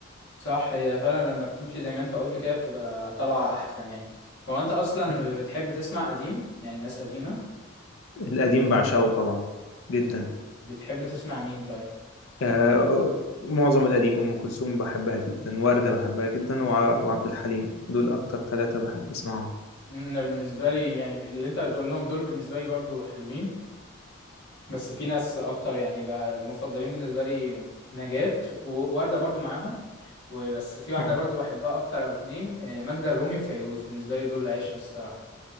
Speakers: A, on the left; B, on the left.
A: صح هي فعلا لما بتمشي زي ما انت قلت كده بتبقى طالعة احسن يعني هو انت اصلا
B: مم.
A: بتحب تسمع قديم يعني ناس قديمة
B: القديم بعشقه طبعا جدا
A: بتحب تسمع مين طيب
B: آه معظم القديم ام كلثوم بحبها جدا ورده بحبها جدا وع- وعبد الحليم دول اكتر ثلاثه بحب اسمعهم
A: انا بالنسبة لي يعني اللي انت بتقول لهم دول بالنسبة لي برضو حلوين بس في ناس اكتر يعني بقى المفضلين بالنسبة لي نجاة ووردة برضو معاهم وبس في واحدة
B: مم.
A: برضو بحبها اكتر او اتنين آه، ماجدة الرومي وفيروز بالنسبة لي دول العيش الصراحة